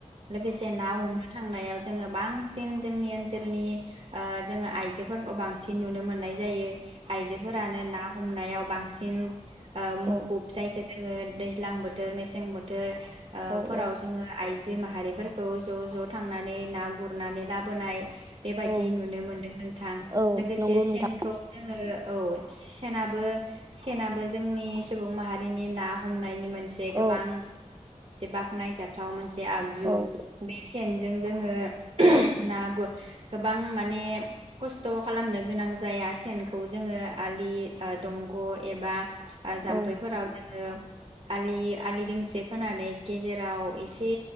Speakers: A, on the right; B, on the right.
A: लोगोसे ना हमनो थांनायाव जोङो बांसिन जोंनि ओनसोलाव ओनसोलनि जोङो आइजोफोरखौ बांसिन नुनो मोननाय जायो आयजोफोरानो ना हमनायाव बांसिन <unintelligible> जोङो
B: औ
A: दैज्लां बोथोर मेसें बोथोर ओ
B: औ
A: फोराव जोङो आइजो बि माहारिफोरखौ ज' ज' थांनानै ना गुरनानै लाबोनाय <inaudible> बेबायदि
B: औ
A: नुनो मोनदों नोंथां
B: औ
A: लोगोसे
B: नंगौ नोंथां
A: सेनखौ जोंङो औ सेनाबो सेनाबो जोंनि सुबुं माहारिनि ना हमनायनि मोन से
B: औ
A: गोबां बाखनाय जाथाव मोनसे आगजु
B: औ
A: बे सेनजों जोंङो ना गु गोबां माने खस्थ' खालामनो गोनां जाया सेनखौ जोङो आलि दंग' एबा आ जाम्फैफोराव
B: औ
A: जोंङो आलि आलि दोंसे खोनानै गेजेराव एसे